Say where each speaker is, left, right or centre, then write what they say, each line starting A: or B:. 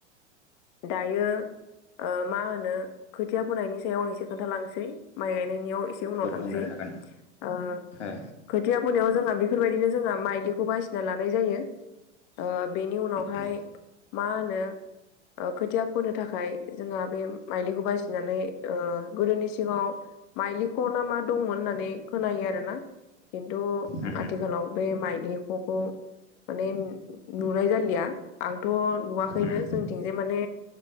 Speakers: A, on the left; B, on the left.
A: दायो ओ मा होनो खोथिया फोनायनि सायाव आं एसे खोन्थालांनोसै माइ गायनायनियाव एसे उनाव
B: ओ
A: थांनोसै।
B: बुंनो हागोन
A: ओ
B: ओ
A: खोथिया फोनायाव जोंहा बेफोरबायदिनो जोंहा माइलिखौ बासिना लानाय जायो। ओ बेनि उनावहाय
B: उम
A: मा होनो ओ खोथिया फोनो थाखाय जोंहा बे माइलिखौ बासिनानै ओ गोदोनि सिगाङाव माइलिख' ना मा दंमोन होननानै खोनायो आरो ना। खिन्थु
B: उम
A: आथिखालाव बे माइलिख' खौ माने नु नुनाय जालिया। थ' नुवाखैनो
B: उम उम
A: जोंथिं जाय माने